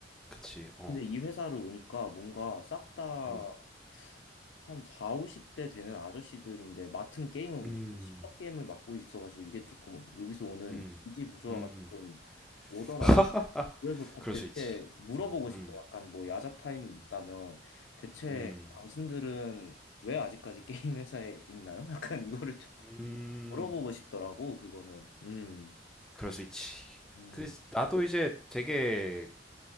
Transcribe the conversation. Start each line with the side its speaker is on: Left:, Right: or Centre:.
Centre: 그치, 어,
Left: 근데 이 회사를 오니까 뭔가 싹 다
Centre: 음,
Left: 한 4, 50대 되는 아저씨들인데 맡은 게임은
Centre: 음,
Left: 무슨 십0 게임을 맡고 있어가지고 이게 조금 여기서 오는
Centre: 음,
Left: 인지 부조화가
Centre: 음, 음,
Left: 조금 오더라고.
Centre: <laughs>
Left: 그래서 다
Centre: 그럴
Left: 대체
Centre: 수 있지,
Left: 물어보고
Centre: 음,
Left: 싶어.
Centre: 음,
Left: 약간 뭐 야자 타임이
Centre: 음,
Left: 있다면 대체
Centre: 음,
Left: 당신들은 왜 아직까지 게임 회사에 있나요? <laughs> 약간 이거를 좀
Centre: 음,
Left: 물어보고 싶더라고, 그거는. 음.
Centre: 그럴 수 있지.
Left: 음.
Centre: 그 나도 이제 되게